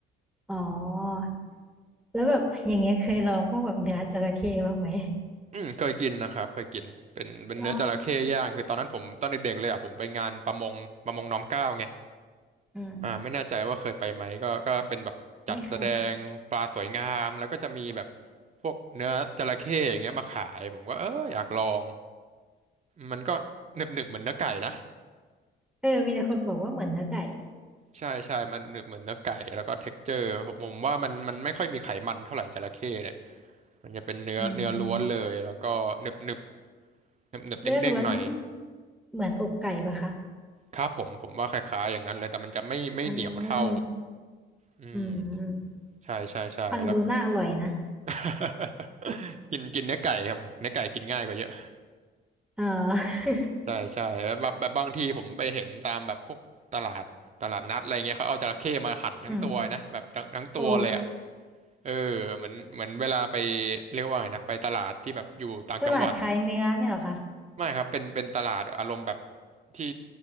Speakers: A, in the centre; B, on the right.
A: อ๋อแล้วแบบอย่างเงี้ยเคยลองพวกแบบเนื้อจระเข้บ้างไหม
B: อืมเคยกินนะครับเคยกินเป็นเป็นเนื้อจระเข้ย่างคือตอนนั้นผมตอนเด็กๆเลยอะผมไปงานประมงประมงน้อมเกล้าไง
A: อ๋ออืม
B: อ่าไม่แน่ใจว่าเคยไปไหมก็ก็เป็นแบบจัดแสดงปลาสวยงามแล้วก็จะมีแบบ
A: ไม่เคย
B: พวกเนื้อจระเข้อย่างเงี้ยมาขายผมก็เอออยากลองมันก็หนึบๆเหมือนเนื้อไก่นะ
A: เออมีแต่คนบอกว่าเหมือนเนื้อไก่
B: ใช่ใช่มันเหมือนเหมือนเนื้อไก่แล้วก็เท็กเจอร์ผมผมว่ามันมันไม่ค่อยมีไขมันเท่าไหร่จระเข้เนี่ยมันจะเป็นเนื้อเนื้อล้วนเลยแล้วก็หนึบหนึบ
A: อืม
B: หนึบหนึบเด้งเด้งหน่อย
A: เนื้อล้วนเนี่ยเหมือนอกไก่ปะคะ
B: ครับผมผมว่าคล้ายๆอย่างนั้นเลยแต่มันจะไม่ไม่เหนียวเท่า
A: อ่า
B: อืม
A: อืม
B: ใช่ใช่ใช่แล้วก็
A: ฟังดูน่าอร่อยนะ
B: <laughs> กินกินเนื้อไก่ครับเนื้อไก่กินง่ายกว่าเยอะ
A: เออ
B: ใช่ใช่แบบแบบบางทีผมไปเห็นตามแบบพวกตลาดตลาดนัดอะไรเงี้ยเขาเอาจระเข้มาหั่นทั้งตัวนะแบบทั้งทั้งตัวเลยอ่ะ
A: <laughs> อืม <laughs> โอ้
B: เออเหมือนเหมือนเวลาไปเรียกว่าไงนะไปตลาดที่แบบอยู่ต่างจังหวัด
A: ตลาดขายเนื้อเนี่ยเหรอคะ
B: ไม่ครับเป็นเป็นตลาดอารมณ์แบบที่